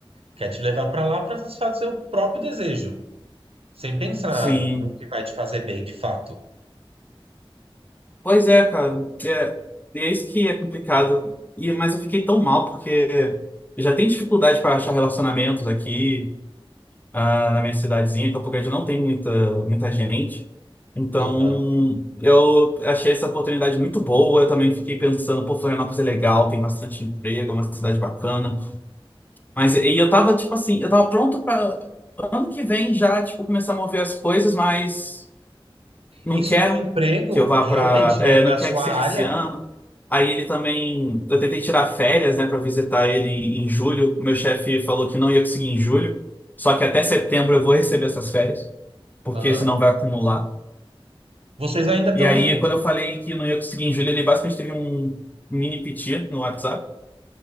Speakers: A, on the right (about 80°); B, on the left (about 20°).
A: Quer te levar para lá para satisfazer o próprio desejo, sem pensar
B: Sim.
A: no que vai te fazer bem de fato.
B: Pois é, cara. É, e é isso que é complicado. E, mas eu fiquei tão mal, porque eu já tenho dificuldade para achar relacionamentos aqui. ah, na minha cidadezinha, Campo Grande não tem muita, muita gente. Então,
A: Aham.
B: eu achei essa oportunidade muito boa. Eu também fiquei pensando, pô, Florianópolis é legal, tem bastante emprego, é uma cidade bacana. Mas e eu tava, tipo assim, eu tava pronto para ano que vem já, tipo, começar a mover as coisas, mas não
A: Isso
B: quer
A: do emprego,
B: que eu vá
A: realmente,
B: pra. é,
A: né? Na
B: não quer
A: sua
B: que seja
A: área,
B: esse ano. Aí ele também. Eu tentei tirar férias, né, pra visitar ele em julho. O Meu chefe falou que não ia conseguir em julho. Só que até setembro eu vou receber essas férias porque
A: aham.
B: senão vai acumular.
A: Vocês ainda estão
B: E aí,
A: juntos.
B: quando eu falei que não ia conseguir em julho, ele basicamente teve um mini piti no WhatsApp.